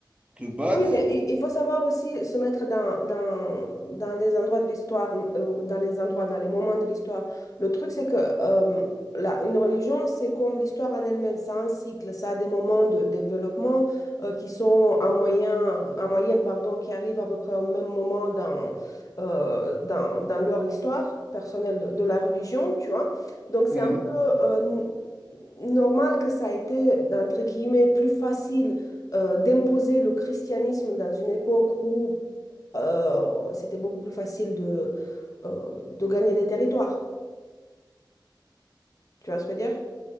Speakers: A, on the right; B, on the left.
A: te battre.
B: Oui, mais i- il faut savoir aussi se mettre dans, dans, dans les endroits de l'histoire, euh, dans les endroits, dans les moments de l'histoire. Le truc, c'est que euh, la- une religion, c'est comme l'histoire en elle-même, ça a un cycle, ça a des moments de développement euh, qui sont en moyen, en moyenne, pardon, qui arrivent à peu près au même moment dans, euh, dans, dans leur histoire personnelle de, de la religion, tu vois. Donc, c'est
A: Mhm.
B: un peu euh, n- normal que ça a été, entre guillemets, plus facile euh, d'imposer le christianisme dans une époque où euh, c'était beaucoup plus facile de, euh, de gagner des territoires. Tu vois ce que je veux dire?